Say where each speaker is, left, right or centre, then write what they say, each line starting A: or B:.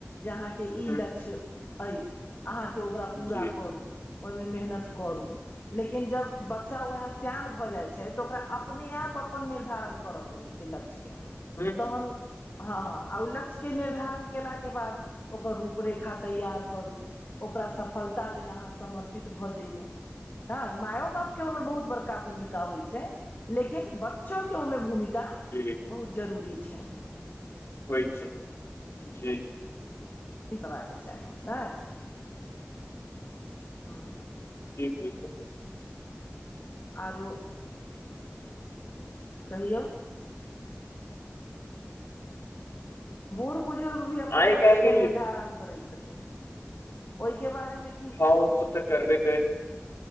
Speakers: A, on the left (about 50°); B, on the left (about 70°).
A: जे अहाँके ई
B: ह
A: लक्ष्य अइ अहाँके ओकरा पूरा
B: जी
A: करू ओहिमे मेहनत करू लेकिन जब बच्चा वएह शयान भऽ जाइ छै तऽ ओकरा अपने आप अपन निर्धारण करय पड़ैत छै लक्ष्यके
B: ह
A: तहन ओ हँ आ ओ लक्ष्यके निर्धारण कयेलाके बाद ओकर रूपरेखा तैयार करू ओकरा सफलता लेल अहाँ समर्पित भऽ जाइए नाय मायो बाप के ओहिमें बहुत बड़का भूमिका का होइ छै लेकिन बच्चोके ओहिमे भूमिका
B: जी
A: बहुत जरूरी छै
B: होय छै ठीक
A: कर चाही नहि ह
B: जी बिलकुल
A: आरो कहियौ बूढ़ बुजुर्ग भी अपन
B: आइ
A: लक्ष्य
B: काल्हि
A: के निर्धारण करै छथिन ओहिके बारे मे
B: हँ ओ सब तऽ करबे करै छै